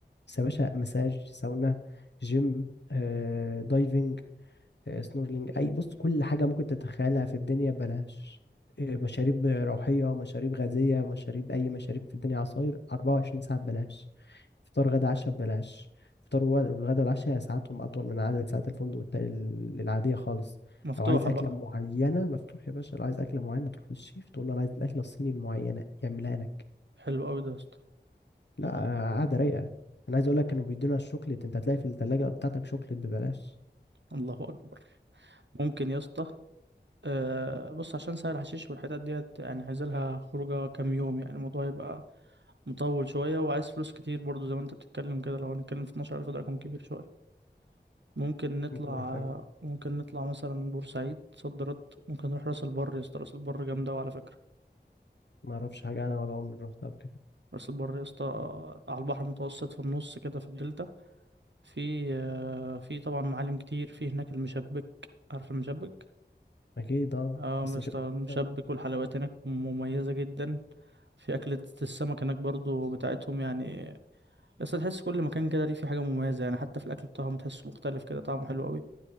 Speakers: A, on the left (about 70°); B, on the right (about 80°).
A: بس يا باشا مساج ساونا جيم آه، دايفنج آه، سنورلينج اي بص كل حاجة ممكن تتخيلها في الدنيا بلاش آه، مشاريب روحية مشاريب غازية مشاريب أي مشاريب في الدنيا عصاير 24 ساعة ببلاش فطار غدا عشاء ببلاش فطار و- والغدا والعشاء ساعاتهم أطول من عدد ساعات الفندق الت- ال- العادية خالص
B: مفتوحه
A: لو عايز أكلة
B: بقى
A: معينة مفتوح يا باشا لو عايز أكلة معينة تروح للشيف تقول له أنا عايز الأكلة الصيني المعينة يعملها لك
B: حلو قوي ده يا اسطى
A: لا قاعدة رايقة انا عايز اقول لك كانوا بيدونا شوكليت انت هتلاقي في الثلاجة بتاعتك شوكليت ببلاش
B: الله اكبر ممكن يا اسطى أه بص عشان سهل حشيش والحتت ديت يعني عايز لها خروجه كام يوم يعني الموضوع يبقى مطول شويه وعايز فلوس كتير برضو زي ما انت بتتكلم كده لو هنتكلم في 12000 ده رقم كبير شويه ممكن نطلع
A: ممكن نروح فين
B: ممكن نطلع مثلا بورسعيد صد رد ممكن نروح راس البر يا اسطى راس البر جامده أوي على فكره
A: ما اعرفش حاجة انا ولا عمري رحت قبل كده
B: راس البر يا اسطى على البحر المتوسط في النص كده في الدلتا في آه، في طبعا معالم كتير في هناك المشبك عارف المشبك
A: اكيد اه
B: اه
A: بس
B: مستر
A: مش اكتر
B: المشبك والحلويات هناك مميزة جدا في أكلة السمك هناك برضو بتاعتهم يعني بس تحس كل مكان كده ليه في حاجة مميزة يعني حتى في الأكل بتاعهم تحسه مختلف كده طعمه حلو قوي